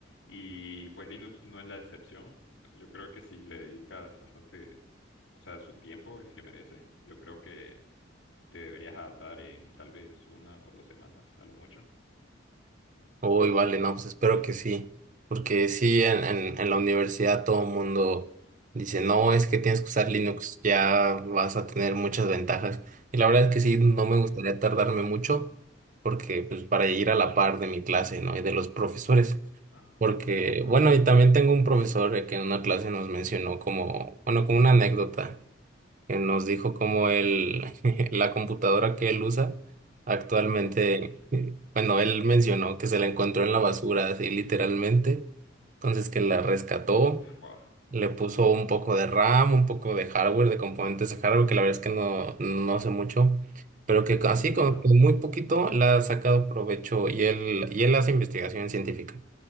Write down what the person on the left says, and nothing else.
Y pues Linux no es la excepción. Pues, yo creo que si le dedicas bastante, o sea, su tiempo, el que merece, yo creo que te deberías adaptar en tal vez una o dos semanas, a lo mucho.
Sí,
ajá,
correcto.
Ujú.
Fua.
Ajá,